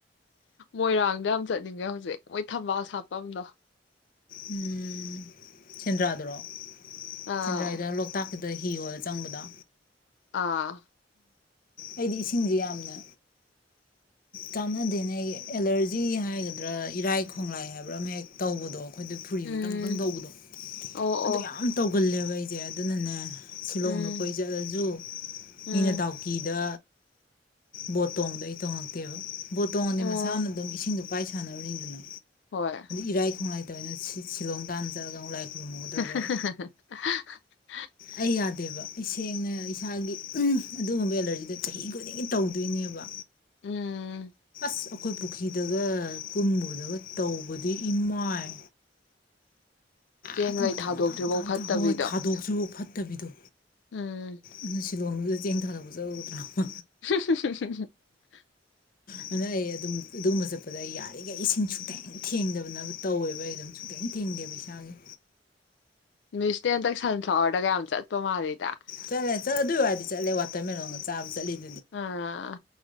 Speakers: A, on the left; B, on the left.
A: ꯃꯣꯏꯔꯥꯡꯗ ꯌꯥꯝ ꯆꯠꯅꯤꯡꯉꯦ ꯍꯧꯖꯤꯛ ꯃꯣꯏ ꯊꯝꯕꯥꯜ ꯁꯥꯄ ꯑꯗꯣ
B: ꯎꯝ ꯁꯦꯟꯗ꯭ꯔꯥꯗꯨꯔꯣ
A: ꯑꯥ
B: ꯁꯦꯟꯗꯔꯥꯗ ꯂꯣꯛꯇꯥꯛ ꯀꯤꯗ ꯗ ꯍꯤ ꯍꯣꯜꯂꯥ ꯆꯪꯕꯗꯣ꯫
A: ꯑꯥ
B: ꯑꯩꯗꯤ ꯏꯁꯤꯡꯁꯦ ꯌꯥꯝꯅ ꯆꯥꯟꯅꯗꯦꯅꯦ ꯑꯩꯒꯤ ꯑꯦꯂꯔꯖꯤ ꯍꯥꯏꯒꯗ꯭ꯔꯥ ꯏꯔꯥꯏ ꯈꯣꯡꯂꯥꯏ ꯍꯥꯏꯕ꯭ꯔꯥ ꯑꯃ ꯍꯦꯛ ꯇꯧꯕꯗꯣ꯫ ꯑꯩꯗ ꯐꯨꯔꯤ
A: ꯎꯝ
B: ꯃꯪꯇꯪ ꯃꯪꯇꯪ ꯇꯧꯕꯗꯣ
A: ꯑꯣ
B: ꯑꯗꯨꯗ
A: ꯑꯣ
B: ꯌꯥꯝ ꯇꯧꯕ ꯀꯨꯜꯂꯦꯕ ꯑꯩꯁꯦ ꯑꯗꯨꯅꯅꯦ ꯁꯤꯂꯣꯡꯗ
A: ꯎꯝ
B: ꯀꯣꯏ ꯆꯠꯂꯁꯨ
A: ꯎꯝ
B: ꯃꯤꯅ ꯗꯥꯎꯀꯤꯗ꯫ ꯕꯣꯠ ꯇꯣꯡꯕ ꯑꯩ ꯇꯣꯡ <inaudible> ꯕꯣꯠꯇꯣꯡꯑꯗꯤ
A: ꯑꯣ
B: ꯃꯁꯥꯅ ꯑꯗꯨꯝ ꯏꯁꯤꯡꯗ꯫ ꯄꯥꯏ ꯁꯥꯟꯅꯔꯔꯅꯤꯗꯅ
A: ꯍꯣꯏ
B: ꯏꯔꯥꯏ ꯈꯣꯡꯂꯥꯏ ꯑꯗꯨꯅ ꯁꯤꯂꯣꯡ ꯇꯥꯟꯅ ꯆꯠꯂ ꯑꯃꯨꯛ ꯂꯥꯏ꯫ ꯈꯨꯔꯨꯝꯃꯨꯒꯗ꯭ꯔꯕ
A: <unintelligible>
B: ꯑꯩ ꯑꯩ ꯌꯥꯗꯦꯕ ꯑꯩꯁꯦꯡꯅ ꯏꯁꯥꯒꯤ ꯑꯗꯨꯒꯨꯝꯕ ꯑꯦꯂꯔꯖꯤꯗꯣ ꯆꯍꯤ ꯈꯨꯗꯤꯡꯒꯤ ꯇꯧꯗꯣꯏꯅꯦꯕ꯫
A: ꯎꯝ
B: ꯑꯁ ꯑꯩꯈꯣꯏ ꯄꯨꯈ꯭ꯔꯤꯗꯒ ꯀꯨꯝꯕꯗꯒ ꯇꯧꯕꯗꯤ ꯏꯃꯥꯏ
A: ꯆꯦꯡ
B: ꯍꯦꯛꯇ
A: ꯂꯩ
B: ꯃꯊꯥ
A: ꯊꯥꯗꯣꯛꯇ꯭ꯔꯤꯐꯧ
B: ꯃꯊꯥ ꯃꯊꯥ ꯃꯊꯥ
A: ꯐꯠꯇꯕꯤꯗꯣ
B: ꯍꯣꯏ ꯊꯥꯗꯣꯛꯇꯔꯤ ꯐꯧ ꯐꯠ꯫ ꯐꯠꯇꯕꯤꯗꯣ
A: ꯎꯝ
B: ꯑꯗꯨ ꯁꯤꯂꯣꯡꯗꯨꯗ ꯆꯦꯡ ꯊꯥꯗꯣꯛꯄ ꯆꯠꯂꯨꯒꯗ꯭ꯔꯥꯕ
A: <unintelligible>
B: ꯑꯗꯨꯅ ꯑꯩ ꯑꯗꯨꯝ ꯑꯗꯨꯒꯨꯝꯕ ꯆꯠꯄꯗ ꯑꯩ ꯌꯥꯔꯤꯈꯩ ꯏꯁꯤꯡ ꯁꯨꯛꯇꯦꯡ ꯊꯦꯡꯗꯕꯅꯕ ꯇꯧꯋꯦꯕ ꯑꯩ ꯑꯗꯨꯝ ꯁꯨꯡ ꯊꯦꯡꯗꯦꯕ ꯏꯁꯒꯤ
A: ꯃꯥꯁꯇꯤ ꯍꯟꯇꯛ ꯁꯟꯐ꯭ꯂꯥꯋꯔꯗꯒ ꯌꯥꯝ ꯆꯠꯄ ꯃꯥꯜꯂꯤꯗ꯫
B: ꯆꯂꯦ ꯆꯂꯦ ꯑꯗꯨꯏ ꯋꯥꯗꯤ ꯆꯠꯂꯦ ꯋꯥꯇꯔꯥ ꯃꯦꯂꯣꯡꯒ ꯆꯥꯕ ꯆꯠꯂꯤꯗꯨꯗ
A: ꯑꯥ